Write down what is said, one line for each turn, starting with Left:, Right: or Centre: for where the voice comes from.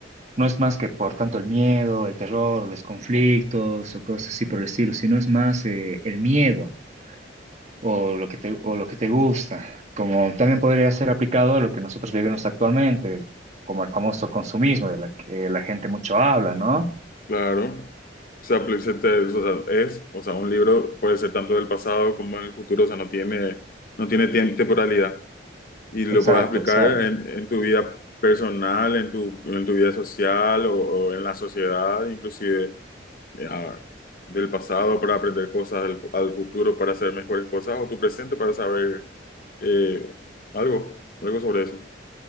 Right: No es más que por tanto el miedo, el terror, los conflictos o cosas así por el estilo, sino es más eh, el miedo o lo que te, o lo que te gusta, como también podría ser aplicado a lo que nosotros vivimos actualmente, como el famoso consumismo de la que la gente mucho habla, ¿no?
Left: claro. Se apli- se te- o sea, es, o sea, un libro puede ser tanto del pasado como en el futuro, o sea, no tiene, no tiene tiem- temporalidad y lo
Right: Exacto,
Left: puedes aplicar
Right: exacto.
Left: en, en tu vida personal, en tu, en tu vida social o, o en la sociedad, inclusive eh, a- del pasado para aprender cosas, al, fu- al futuro para hacer mejores cosas o tu presente para saber eh, algo, algo sobre eso.